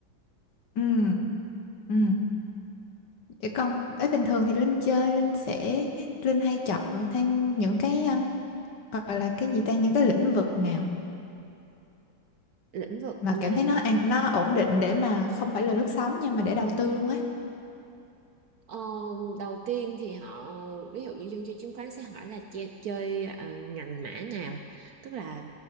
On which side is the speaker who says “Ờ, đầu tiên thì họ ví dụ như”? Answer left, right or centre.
Right